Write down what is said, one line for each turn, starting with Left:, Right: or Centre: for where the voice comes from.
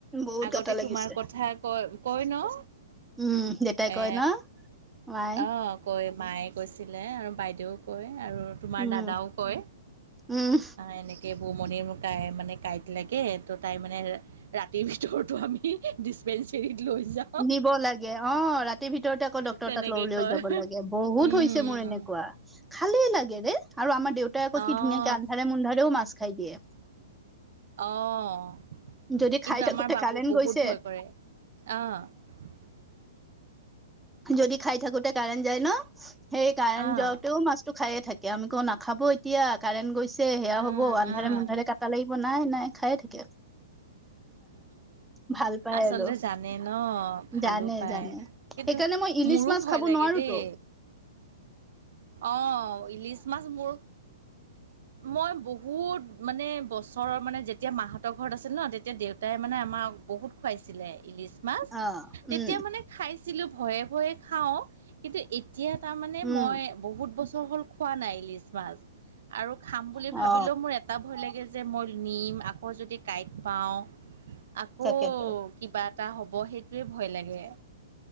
Centre: বহুত
Right: আগতে
Centre: কাটা লাগিছে
Right: তোমাৰ কথা কয়, কয় ন
Centre: উম, দেউতাই কয়
Right: এ
Centre: ন মাই
Right: অ', কয় মায়ে কৈছিলে, আৰু বাইদেউও কয়, আৰু তোমাৰ
Centre: উম
Right: দাদাও কয়,
Centre: উম
Right: অ', এনেকে বুমণিৰ ককায়েক। মানে কাঁইট লাগে, তো তাই মানে ৰাতিৰ ভিতৰতো আমি ডিচপেঞ্চেৰীত লৈ যাম।
Centre: নিব লাগে অ', ৰাতিৰ ভিতৰতে আকৌ ডক্টৰ
Right: তেনেকে
Centre: তাত ল লৈ
Right: কয়
Centre: যাব লাগে, বহুত
Right: উম
Centre: হৈছে মোৰ এনেকা। কোৱা, খালেই লাগে ৰে, আৰু আমাৰ দেউতাই আকৌ
Right: অঁ
Centre: কি ধুনীয়াকে আন্ধাৰে-মুন্ধাৰেও মাছ খাই দিয়ে।
Right: অ'।
Centre: যদি
Right: কিন্তু,
Centre: খাই থাকোতে
Right: আমাৰ বাবু
Centre: কাৰেণ্ট
Right: বহুত
Centre: গৈছে
Right: ভয় কৰে, অ'।
Centre: যদি খাই থাকোতে কাৰেণ্ট যায় ন, সেই কাৰেণ্ট
Right: অঁ
Centre: যওঁতেও মাছ খাই থাকে, আমি কওঁ নাখাব এতিয়া কাৰেণ্ট গৈছে সেয়া
Right: অঁ
Centre: হ'ব আন্ধাৰে-মুন্ধাৰে
Right: অঁ
Centre: কাট। টা লাগিব নাই, নাই খায়ে থাকে। ভাল পায়
Right: আচলতে
Centre: আৰু
Right: জানে ন, ভালো
Centre: জানে
Right: পায়।
Centre: জানে
Right: কিন্তু,
Centre: সেইকাৰণে মই ইলিচ
Right: মোৰো
Centre: মাছ
Right: ভয়
Centre: খাব
Right: লাগে
Centre: নোৱাৰোতো
Right: দেই। অ', ইলিচ মাছ মোৰ মই বহুত মানে বছৰৰ মানে, যেতিয়া মাহঁতৰ ঘৰত আছিল ন তেতিয়া দেউতাই মানে আমাক বহুত খুৱাইছিলে ইলিচ মাছ,
Centre: অ
Right: তেতিয়া
Centre: উম
Right: মানে খাইছিলোঁ ভয়ে, ভয়ে খাওঁ কিন্তু, এতিয়া তাৰমানে
Centre: উম
Right: মই বহুত বছৰ হ'ল খোৱা নাই ইলিছ মাছ, আৰু খাম বুলি
Centre: অ
Right: ভাবিলেও মোৰ এ এটা ভয় লাগে যে, মই নিম আকৌ যদি কাঁইট পাওঁ আকৌ
Centre: তাকেতো
Right: কিবা এটা হ'ব সেইটোৱে ভয় লাগে।